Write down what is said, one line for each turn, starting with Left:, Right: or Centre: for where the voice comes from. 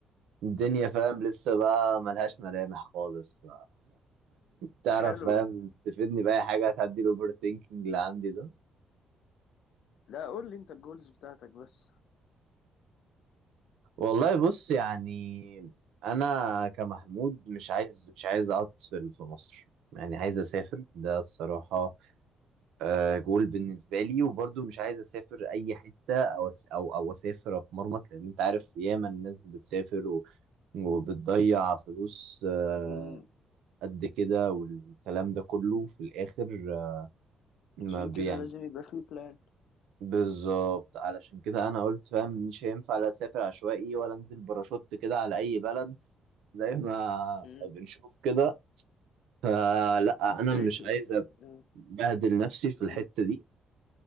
Right: الدنيا فاهم لسه بقى ملهاش ملامح خالص <laughs> تعرف
Left: حلو
Right: فاهم تفيدني بأي حاجة هتعدي الاوفر ثينكينج اللي عندي ده
Left: لا قول لي انت الجولز بتاعتك بس
Right: والله بص يعني انا كمحمود مش عايز مش عايز اقعد في في مصر يعني عايز اسافر ده الصراحه آه، جول بالنسبه لي وبرضو مش عايز اسافر اي حته او أس- او او اسافر اتمرمط لان انت عارف ياما الناس بتسافر و- وبتضيع فلوس آه،
Left: امم
Right: قد كده والكلام ده كله في الاخر آه، ما
Left: عشان
Right: بيعمل
Left: كده لازم يبقى في بلان
Right: بالظبط علشان كده انا قلت فاهم مش هينفع لا اسافر عشوائي ولا انزل باراشوت كده على اي بلد زي ما
Left: امم
Right: بنشوف كده فلا انا
Left: زي
Right: مش عايز
Left: امم
Right: ابهدل نفسي في
Left: امم
Right: الحته دي